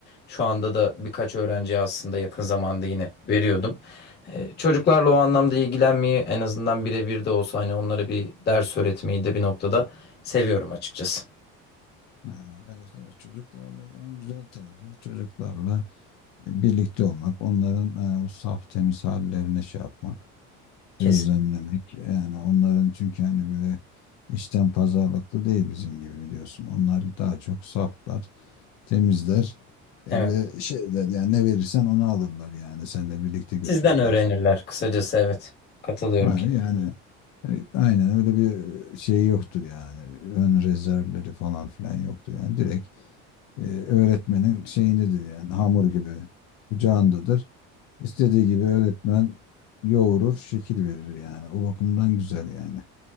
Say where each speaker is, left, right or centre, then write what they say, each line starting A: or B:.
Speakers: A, on the left; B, on the left.
A: Şu anda da birkaç öğrenciye aslında yakın zamanda yine veriyordum. E, çocuklarla o anlamda ilgilenmeyi en azından birebir de olsa hani onlara bir ders öğretmeyi de bir noktada seviyorum açıkçası.
B: Ha, evet evet çocuklarla en güzel tarafı çocuklarla birlikte olmak, onların e, o saf temiz hallerine şey yapmak,
A: Kesin.
B: gözlemlemek. Yani onların çünkü hani böyle içten pazarlıklı değil bizim gibi biliyorsun. Onlar daha çok saflar, temizler e,
A: Evet.
B: ve şeyler yani ne verirsen onu alırlar yani seninle birlikte götürürler.
A: Sizden öğrenirler kısacası evet. Katılıyorum
B: Yani, yani e, aynen öyle bir şey yoktur yani. Ön rezervleri falan filan yoktur yani direkt e, öğretmenin şeyindedir yani hamur gibi kucağındadır. İstediği gibi öğretmen yoğurur, şekil verir yani. O bakımdan güzel yani.